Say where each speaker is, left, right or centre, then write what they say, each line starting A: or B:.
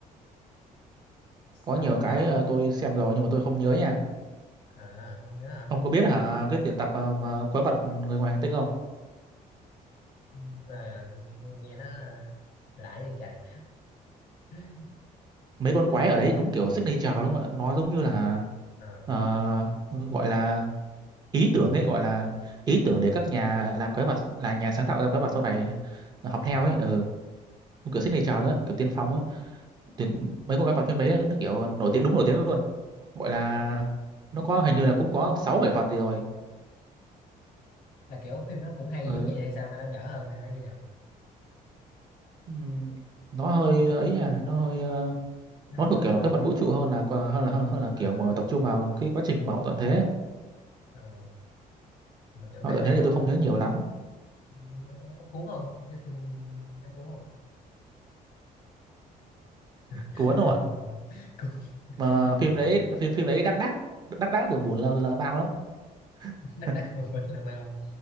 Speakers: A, on the right; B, on the left.
A: có
B: còn
A: nhiều
B: không
A: cái
B: còn
A: ờ, tôi xem rồi nhưng mà tôi không nhớ nha
B: à không nhớ hả
A: ông có biết hả cái tuyển tập ờ, mà quái vật người ngoài hành tinh không
B: Ừ, mà nghe nó lạ như trời <laughs>
A: mấy con quái ở đấy đúng kiểu signature luôn ạ nó giống như là
B: Ờ,
A: ờ, gọi là ý tưởng ấy gọi là ý tưởng để các nhà làm quái vật là nhà sáng tạo ra quái vật sau này học
B: ừ.
A: theo ấy ừ. Đúng kiểu signature đó, kiểu tiên phong ấy thì mấy con quái vật phim đấy nó kiểu nổi tiếng đúng nổi tiếng luôn gọi là
B: Ờ,
A: nó có hình như là cũng có sáu bảy phần gì rồi
B: là kiểu phim nó cũng hay
A: ừ.
B: giống vậy hay sao hay nó dở hơn hay nó như nào
A: Ừm, nó hơi
B: Dở
A: ấy à nó hơi ờ,
B: nó
A: nó
B: hơi dở
A: thuộc kiểu
B: hơn
A: là
B: hả
A: quái vật vũ trụ hơn là qua- hơn là hơn, hơn là
B: à,
A: kiểu mà tập trung vào cái quá trình mà hậu tận thế
B: ờ, mà kiểu
A: hậu
B: thấy
A: tận
B: nó
A: thế
B: có
A: thì tôi
B: gọi
A: không
B: là
A: nhớ nhiều lắm
B: nó, có- nó có cuốn không cái phim nó cuốn không <laughs>
A: cuốn không ạ
B: cuốn
A: mà phim
B: à,
A: đấy phim phim đấy đắc đắc đắc đắc buồn buồn lờ lờ mau lắm <laughs>
B: đắc đắc một mình là mày không